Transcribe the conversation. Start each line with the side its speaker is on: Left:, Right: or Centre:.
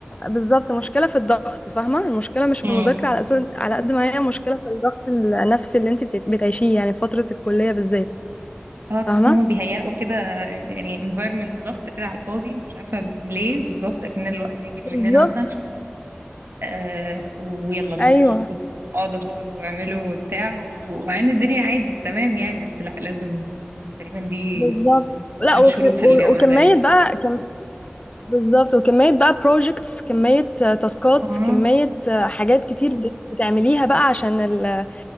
Left: بالظبط مشكلة في الضغط فاهمة المشكلة مش في
Right: امم
Left: المذاكرة على أساس على قد ما هي مشكلة في الضغط النفسي اللي انت بت- بتعيشيه يعني في فترة الكلية بالذات
Right: اه تحس
Left: فاهمة؟
Right: ان هم بيهيئوا كده يعني environment ضغط كده على الفاضي مش عارفه ليه بالظبط اكن الوقت هيجري
Left: بالظبط
Right: مننا مثلا آه ويلا بينا
Left: ايوه
Right: خد- اقعدوا خدوا واعملوا بتاع ومع ان الدنيا عادي تمام يعني بس لا لازم تقريبا دي
Left: بالظبط لا
Right: من
Left: وخ...
Right: شروط
Left: و...
Right: الجامعة
Left: وكمية
Right: تقريبا
Left: بقى كم... بالظبط وكمية بقى projects كمية آه، تاسكات
Right: اه
Left: كمية آه، حاجات كتير بت- بتعمليها بقى عشان ال-